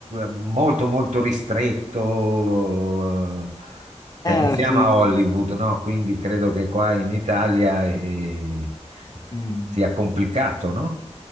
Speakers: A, on the right (about 75°); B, on the left (about 35°).
A: molto, molto ristretto, eh, cioè
B: Eh,
A: non siamo
B: sì,
A: a Hollywood,
B: sì. sì.
A: no? Quindi credo che qua in Italia eh,
B: Mm.
A: sia complicato, no?